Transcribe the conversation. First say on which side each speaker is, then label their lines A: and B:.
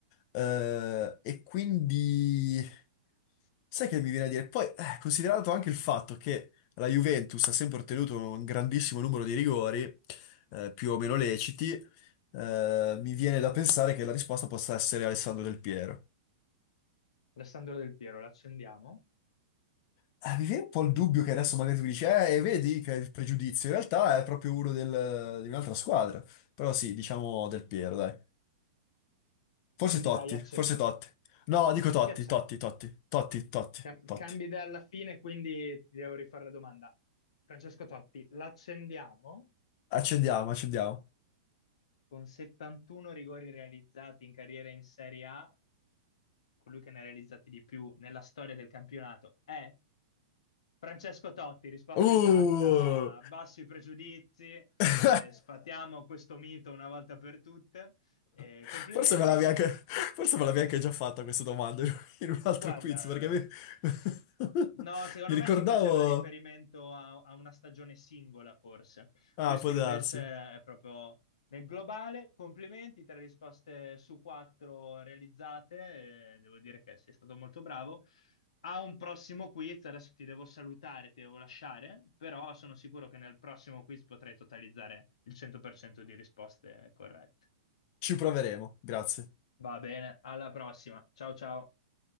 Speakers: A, on the left (about 45°); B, on the left (about 70°).
A: Eh, e quindi Sai che mi viene a dire? Poi, eh, considerato anche il fatto che la Juventus ha sempre ottenuto un grandissimo numero di rigori, eh, più o meno leciti, eh, mi viene da pensare che la risposta possa essere Alessandro Del Piero.
B: Alessandro Del Piero, l'accendiamo?
A: Eh, mi viene un po' il dubbio che adesso magari tu dici, eh, e vedi che è il pregiudizio. In realtà è proprio uno del- di un'altra squadra. Però sì, diciamo Del Piero, dai. Forse
B: Quindi
A: Totti,
B: l'hai acceso.
A: forse Totti. No, dico Totti,
B: Chi accendi?
A: Totti, Totti, Totti, Totti,
B: Cam-
A: Totti.
B: cambi idea alla fine, quindi ti devo rifare la domanda. Francesco Totti, l'accendiamo
A: Accendiamo, accendiamo.
B: con 71 rigori realizzati in carriera in Serie A colui che ne ha realizzati di più nella storia del campionato è Francesco Totti, risposta
A: Uh!
B: esatta, basso i pregiudizi,
A: <laughs>
B: eh, sfatiamo questo mito una volta per tutte. Eh,
A: Forse
B: complimenti.
A: me l'avevi anche, forse me l'avevi
B: Ok.
A: anche già fatta questa domanda in un altro
B: Guarda.
A: quiz, perché mi, <laughs>
B: No, secondo
A: mi ricordavo...
B: me si faceva riferimento a, a una stagione singola, forse.
A: Ah,
B: Questo
A: può
B: invece
A: darsi.
B: è proprio nel globale. Complimenti, tre risposte su quattro realizzate. eh, devo dire che sei stato molto bravo. A un prossimo quiz, adesso ti devo salutare, ti devo lasciare, però sono sicuro che nel prossimo quiz potrai totalizzare il 100% di risposte corrette.
A: Ci proveremo, grazie.
B: Va bene, alla prossima. Ciao ciao.